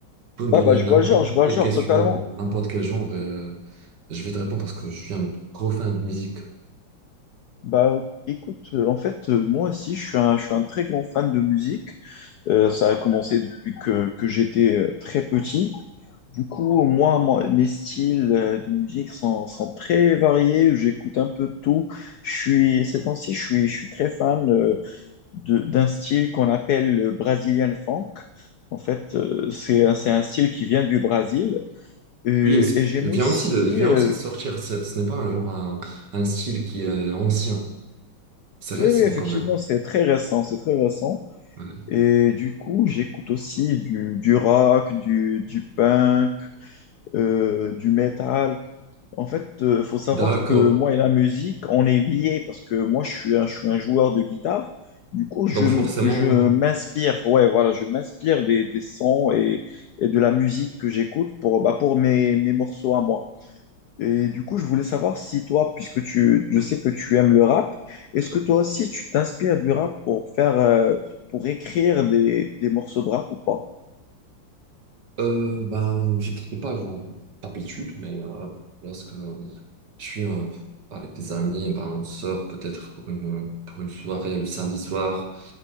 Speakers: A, on the right; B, on the left.
A: peux me donner
B: Ah bah, je
A: n'importe
B: vois le genre, je vois le
A: quelle
B: genre
A: question,
B: totalement.
A: dans n'importe quel genre, et, euh, je vais te répondre parce que je suis un gros fan de musique.
B: Bah ok, écoute, euh, en fait, euh, moi aussi, je suis un, je suis un très grand fan de musique. Euh, ça a commencé depuis que, que j'étais euh, très petit. Du coup, moi, moi, mes styles euh, de musique sont, sont très variés. J'écoute un peu de tout. Je suis, ces temps-ci, je suis, je suis très fan euh, de- d'un style qu'on appelle le Brazilian funk. En fait, euh, c'est un, c'est un style qui vient du Brésil. Euh,
A: Oui, et c'est-
B: et j'aime
A: il
B: aussi.
A: vient aussi de, il vient
B: euh,
A: aussi de sortir. Ce, ce n'est pas un genre, un, un style qui est euh, ancien. C'est
B: oui,
A: récent
B: oui, effectivement,
A: quand même.
B: c'est très récent. C'est très récent.
A: Ouais.
B: Et du coup, j'écoute aussi du, du rock, du, du punk, euh, du metal. En fait, euh, faut savoir
A: D'accord.
B: que moi et la musique, on est liés parce que moi, je suis un, je suis un joueur de guitare. Du coup, je,
A: Donc
B: m-
A: forcément,
B: je m'inspire, ouais, voilà, je m'inspire des, des sons et, et de la musique que j'écoute pour, bah, pour mes, mes morceaux à moi. Et du coup, je voulais savoir si toi, puisque tu, je sais que tu aimes le rap, est-ce que toi aussi tu t'inspires du rap pour faire, euh, pour écrire des, des morceaux de rap ou pas?
A: euh, ben, j'écris pas genre d'habitude, mais euh, voilà. lorsque je suis euh, avec des amis, ben, on sort peut-être pour une, pour une soirée le samedi soir.